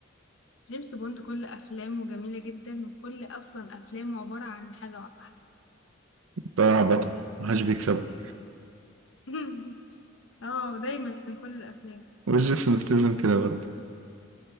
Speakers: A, on the left; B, on the right.
A: جيمس بوند كل افلامه جميله جدا وكل اصلا افلامه عباره عن حاجه واحده
B: طلع بطل محدش بيكسبه
A: <laughs> اه دايما كل الافلام
B: وجيسون ستيزم كده برضه